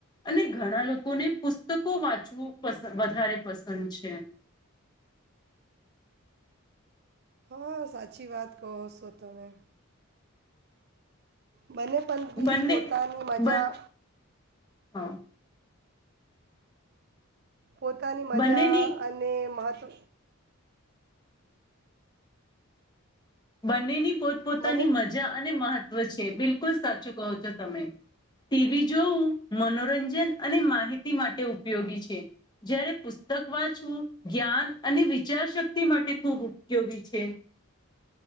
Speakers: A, on the left; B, on the right.
A: અને ઘણા લોકોને પુસ્તકો વાંચવું પ વધારે પસંદ છે.
B: હા સાચી વાત કહો છો તમે. મને પણં બી
A: બંને
B: પોતાની મજા
A: બન હા
B: પોતાની મજા
A: બંનેની
B: અને મહત્વ
A: બંનેની પોતપોતાની
B: મને
A: મજા અને મહત્વ છે બિલકુલ સાચું કહો છો તમે. ટીવી જોવું મનોરંજન અને માહિતી માટે ઉપયોગી છે. જયારે પુસ્તક વાંચવું જ્ઞાન અને વિચાર શક્તિ માટે ખૂબ ઉપયોગી છે.